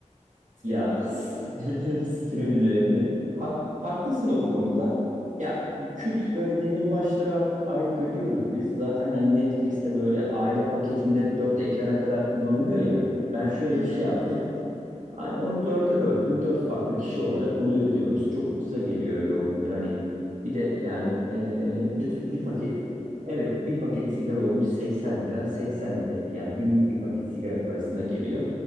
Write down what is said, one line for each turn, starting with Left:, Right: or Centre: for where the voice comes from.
Left: tribimi
Right: Ya
Left: de
Right: s-
Left: attım
Right: <laughs> stimüle yapayım. Hak, haklısın o konuda. Ya küt böyle demirbaşları artık aylık ödüyoruz biz. Zaten hani Netflix'te böyle
Left: Hmm.
Right: aile paketinde 4 ekrana kadar kullanılıyor ya. Ben şöyle
Left: Hmm,
Right: bir şey yaptım.
Left: evet
Right: Hani onu dörde böldüm. Dört farklı kişi olarak onu ödüyoruz. Çok ucuza geliyor öyle olunca. Hani bir de yani e,
Left: gözüne
Right: bir, bir
Left: gelmiyor
Right: paket evet bir paket sigara olmuş 80 lira. 80 lira yani günlük bir paket sigara parasına geliyor.